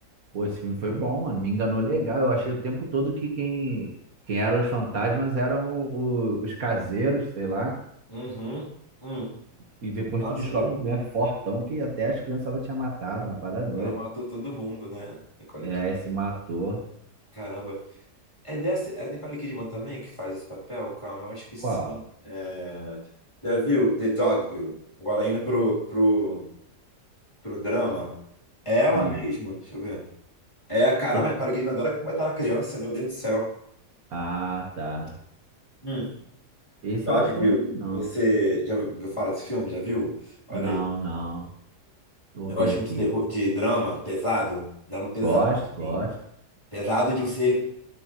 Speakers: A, on the right; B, on the left.
A: Pô, esse filme foi bom, mano. Me enganou legal. Eu achei o tempo todo que quem, quem eram os fantasmas eram o- os caseiros, sei lá.
B: Uhum. Hum.
A: E e depois
B: Nossa,
A: tu descobre, né, fortão, que até as crianças ela tinha matado, uma parada doida.
B: Ela matou todo mundo, né? Nicole
A: É,
B: Kidman.
A: esse matou.
B: Caramba. É dessa, é a Nicole Kidman também que faz esse papel? Calma, eu acho que sim.
A: Qual?
B: É... Já viu The Dogville? Agora indo pro, pro, pro drama. É ela
A: Ah,
B: mesma? Deixa eu ver. É, caramba,
A: tem que...
B: Nicole Kidman adora como é uma criança, meu Deus do céu.
A: Ah, tá.
B: Hum.
A: Esse
B: Dogville.
A: eu acho que eu não vi, não.
B: Você já ouviu falar desse filme? Já viu? Olha
A: Não,
B: aí.
A: não. Vou
B: Eu
A: ver
B: gosto
A: aqui.
B: muito de terror, de drama pesado. Drama pesado.
A: Gosto, gosto.
B: sim. Pesado de você